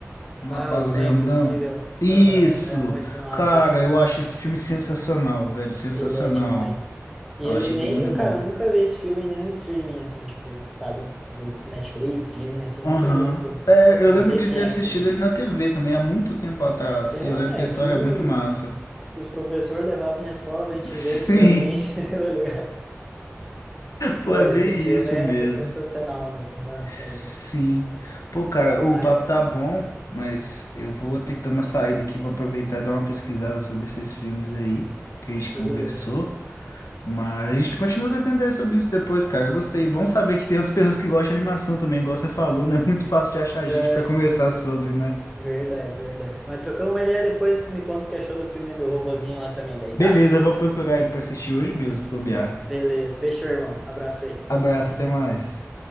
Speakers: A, on the left; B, in the centre.
A: um
B: Ah,
A: rapaz
B: O Sonho
A: grandão.
B: Impossível.
A: Isso!
B: Aham, é muito massa
A: Cara,
B: esse filme.
A: eu acho esse filme sensacional, velho, sensacional.
B: Ele é demais. E
A: Eu
B: ele
A: achei
B: nem...
A: ele muito
B: Eu, cara,
A: bom.
B: eu nunca vi esse filme em nenhum streaming, assim, tipo, sabe? Dos Netflix, Disney, assim,
A: Aham.
B: nunca vi esse filme.
A: É, eu
B: Não
A: lembro
B: sei
A: de
B: quem
A: ter assistido
B: é que...
A: ele na TV também, há muito tempo atrás.
B: É,
A: E eu lembro que a história
B: é filme
A: é muito massa.
B: os professores levavam na escola pra gente
A: <laughs> Sim,
B: ver antigamente, <laughs> tá ligado?
A: pô,
B: Pô,
A: é
B: esse
A: bem
B: filme
A: isso
B: é,
A: mesmo.
B: é sensacional mesmo, né?
A: Sim.
B: Tá louco.
A: Pô, cara, o
B: Mas,
A: papo tá bom, mas eu vou ter que dar uma saída aqui, vou aproveitar e dar uma pesquisada sobre esses filmes aí que a gente conversou.
B: beleza.
A: Mas a gente continua trocando ideia sobre isso depois, cara. Eu gostei. Bom saber que tem outras pessoas que gostam de animação também, igual você falou, não é <laughs> muito fácil de achar
B: É,
A: gente pra conversar sobre, né?
B: verdade, verdade. Mas trocamos uma ideia depois, tu me conta o que achou do filme do robozinho lá também, daí,
A: Beleza,
B: tá?
A: eu vou procurar ele pra assistir hoje mesmo, se bobear.
B: Beleza, fechou, irmão. Abraço aí.
A: Abraço, até mais.